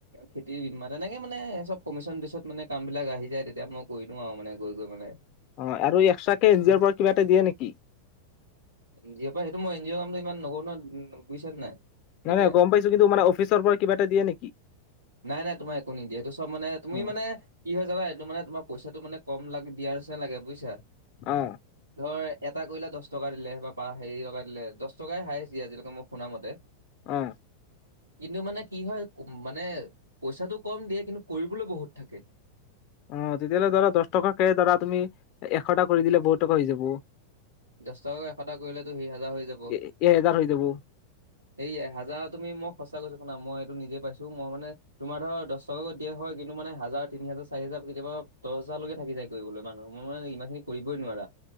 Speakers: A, on the right; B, on the left.
A: খেতিৰ বীমা। তেনেকে মানে চব কমিশ্যন বেছত মানে কামবিলাক আহি যায়। তেতিয়া মই কৰি দিওঁ আৰু মানে, গৈ - গৈ মানে।
B: অ' আৰু এক্সট্ৰাকে এন জি অৰ পৰা কিবা এটা দিয়ে নেকি?
A: এন জি অ পৰা সেইটো মই এন জি অ' কামটো ইমান নকৰোঁ নহয়, বুইছান নাই?
B: নাই
A: এতিয়া
B: - নাই, গম পাইছোঁ। কিন্তু মানে অফিচৰ পৰা কিবা এটা দিয়ে নেকি?
A: নাই - নাই, তোমাৰ একো নিদিয়ে। এইটো চব মানে- তুমি
B: অ
A: মানে কি হয় জানা? এইটো মানে তোমাৰ পইচাটো মানে কম লাগ দিয়াৰ যেন লাগে, বুইছা?
B: অ
A: ধৰ এটা কৰিলা, দশ টকা দিলে বা পা- হেৰি টকা দিলে। দশ টকাই হাইয়েছ দিয়ে, আজিলৈকে মই শুনা মতে।
B: অ
A: কিন্তু মানে কি হয়, মানে পইচাটো কম দিয়ে, কিন্তু কৰিবলৈ বহুত থাকে।
B: অ' তেতিয়াহ'লে ধৰা দশ টকাকে ধৰা তুমি, এশটা কৰি দিলে বহুত টকা হৈ যাব।
A: দশ টকাকে এশটা কৰিলেতো সি হাজাৰ হৈ যাব।
B: এ এহেজাৰ হৈ যাব
A: সেই এহাজাৰত তুমি- মই সঁচা কৈছোঁ শুনা, মই এইটো নিজে পাইছোঁ। মই মানে তোমাৰ ধৰ, দশ টকা কৰি দিয়ে, হয়। কিন্তু মানে হাজাৰ, তিনি হাজাৰ, চাৰি হাজাৰ, কেতিয়াবা দশ হাজাৰলৈকে থাকি যায়। কৰিবলৈ মানুহ। মোৰ মানে ইমানখিনি কৰিবই নোৱাৰা।